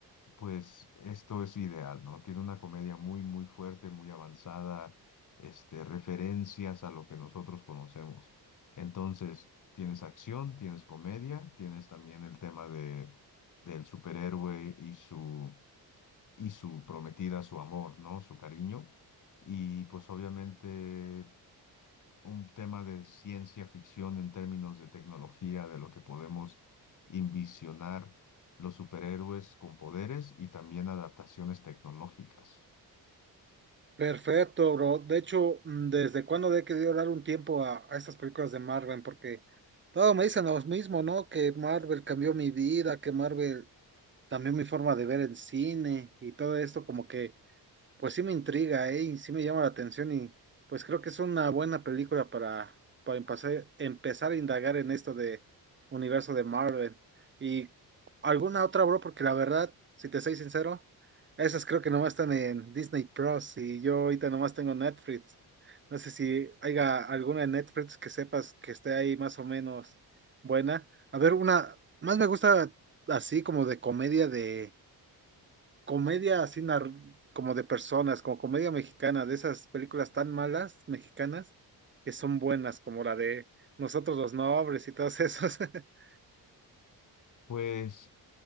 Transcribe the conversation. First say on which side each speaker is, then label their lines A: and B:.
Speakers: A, on the left; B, on the right.
A: pues esto es ideal, ¿no? Tiene una comedia muy, muy fuerte, muy avanzada, este, referencias a lo que nosotros conocemos. Entonces, tienes acción, tienes comedia, tienes también el tema de, del superhéroe y su, y su prometida, su amor, ¿no? Su cariño. Y pues obviamente un tema de ciencia ficción en términos de tecnología, de lo que podemos envisionar los superhéroes con poderes y también adaptaciones tecnológicas.
B: Perfecto, bro. De hecho, mm, ¿desde cuándo le he querido dar un tiempo a, a estas películas de Marvel? Porque todos me dicen lo mismo, ¿no? Que Marvel cambió mi vida, que Marvel cambió mi forma de ver el cine y todo esto, como que Pues sí me intriga, ¿eh? Y sí me llama la atención y pues creo que es una buena película para, para empezar, empezar a indagar en esto de universo de Marvel. Y alguna otra, bro, porque la verdad, si te soy sincero, esas creo que nomás están en Disney Plus y yo ahorita nomás tengo Netflix. No sé si haya alguna en Netflix que sepas que esté ahí más o menos buena. A ver, una, más me gusta así como de comedia de comedia así nar- como de personas, como comedia mexicana, de esas películas tan malas mexicanas que son buenas, como la de Nosotros los Nobles y todas esas. <laughs>
A: Pues,